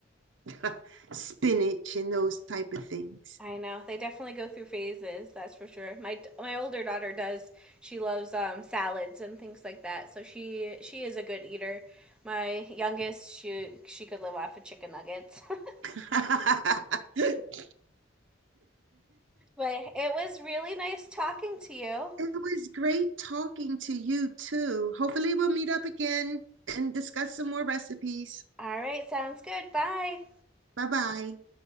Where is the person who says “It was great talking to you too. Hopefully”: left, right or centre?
Right